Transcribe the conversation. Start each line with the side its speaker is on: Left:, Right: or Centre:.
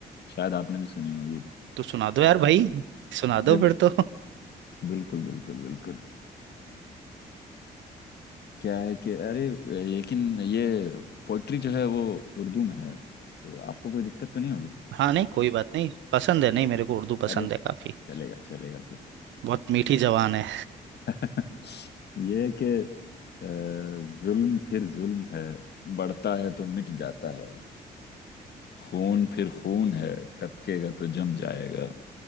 Left: शायद आपने भी सुनी होगी
Right: तो सुना दो यार भाई सुना दो
Left: अरे
Right: फिर तो <laughs>
Left: बिल्कुल बिल्कुल बिल्कुल क्या है कि अरे लेकिन ये पोइट्री जो है वो उर्दू में है तो आपको कोई दिक्कत तो नहीं होगी
Right: हाँ नहीं कोई बात नहीं पसंद है नहीं मेरे को उर्दू पसंद
Left: अरे
Right: है काफी
Left: चलेगा चलेगा फिर
Right: बहुत मीठी जबान है
Left: <laughs> ये है कि अ, जुल्म फिर जुल्म है बढ़ता है तो मिट जाता है खून फिर खून है टपकेगा तो जम जाएगा